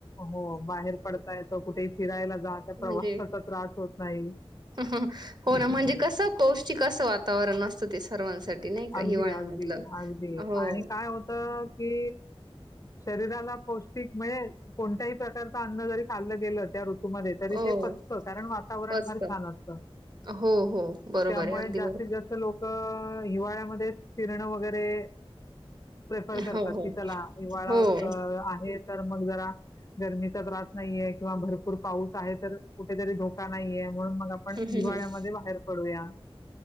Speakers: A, on the left; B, on the right.
A: हो बाहेर पडता येत कुठेही फिरायला जा त्या
B: म्हणजे
A: प्रवासाचा त्रास होत नाही
B: हो ना म्हणजे कसं पौष्टिक असं वातावरण असतं ते सर्वांसाठी नाही का
A: अगदी
B: हिवाळ्यामधलं
A: अगदी अगदी
B: हो
A: आणि काय होत की शरीराला पौष्टिक मिळेल कोणत्याही प्रकारचं अन्न जरी खाल्लं गेलं त्या ऋतुमध्ये तरी
B: हो
A: ते पचतं कारण वातावरण
B: असत
A: फार छान असतं
B: हो हो बरोबर
A: त्यामुळे
B: आहे अगदी
A: जास्तीत
B: बरोबर
A: जास्त लोक हिवाळ्यामध्ये फिरणं वगैरे प्रेफर करतात
B: हो हो
A: की त्याला हिवाळा
B: हो हम्म,
A: आहेत तर मग जरा गरमीचा त्रास नाहीये किंवा भरपूर भरपूर पाऊस आहे तर कुठेतरी धोका नाहीये म्हणून मग आपण
B: हम्म,
A: हिवाळ्यामध्ये
B: हम्म.
A: बाहेर पडूया